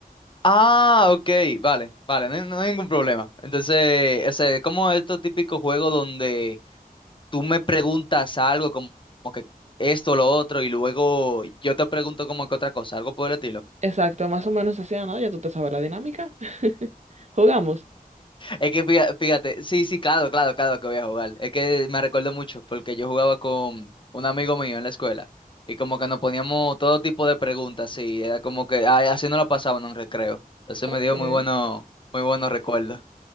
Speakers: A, on the left (about 35°); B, on the right (about 50°).
A: Ah, ok, vale, vale, no, hay no hay ningún problema. Entonces, o sea, como estos típicos juegos donde tú me preguntas algo como, como que esto, lo otro, y luego yo te pregunto como que otra cosa, algo por el estilo.
B: Exacto, más o menos así, ¿no? Ya tú te sabes la dinámica. <laughs> Jugamos.
A: Es que fíjate, fíjate, sí, sí, claro, claro, claro que voy a jugar. Es que me recuerdo mucho porque yo jugaba con un amigo mío en la escuela y como que nos poníamos todo tipo de preguntas y era como que ay, así no lo pasaba en un recreo. Entonces me
B: Ok.
A: dio muy bueno, muy buenos recuerdos.